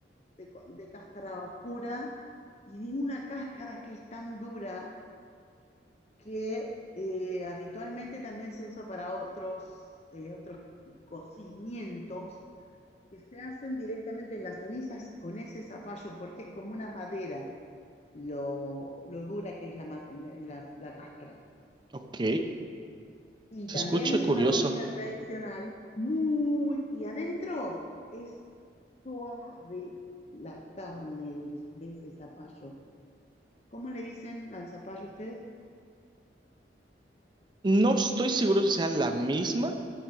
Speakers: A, on the left; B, on the right.
A: de, co- de cáscara oscura y de una cáscara que es tan dura que eh, habitualmente también se usa para otros, eh, otros cocimientos que se hacen directamente en las cenizas con ese zapallo, porque es como una madera, lo, lo dura que es la, ma- la- la- la cáscara.
B: ok.
A: Y
B: Se
A: también
B: escucha
A: es
B: curioso.
A: una comida tradicional, muy, y adentro es suave la carne de, de ese zapallo. ¿Cómo le dicen al zapallo ustedes?
B: No estoy seguro si sea la misma,